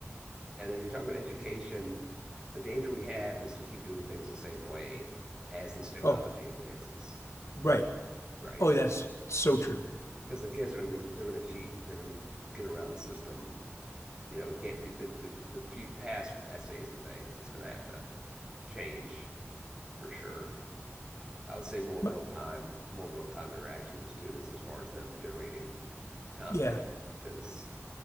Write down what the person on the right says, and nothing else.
And then when you talk about education, the danger we have is to keep doing things the same way as this technology
advances,
right?
Because the kids are going to do it, they're going to cheat, they're going to get around the system. You know, we can't do the, the, the few past with essays and things, it's going to have to change for sure. I would say more real
time, more real time interaction with the students as far as them generating content
because